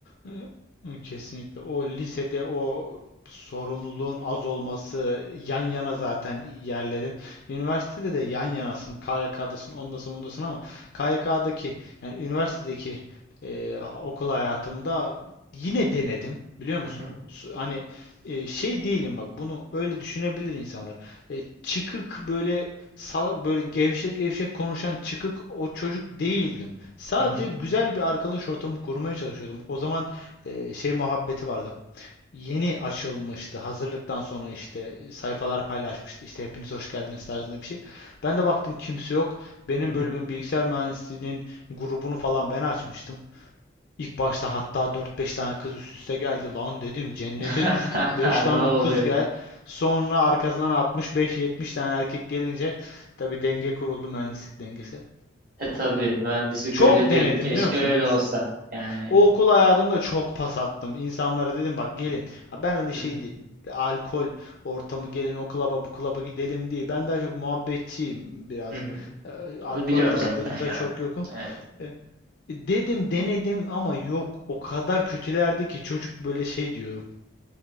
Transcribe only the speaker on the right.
Hı hı,
hı hı,
hı hı.
<laughs>
Ne oluyor?
E tabii mühendislik
öyle değil.
Keşke
öyle olsa. Yani.
Hı hı,
hı hı.
Onu biliyorum
zaten ya.
Evet.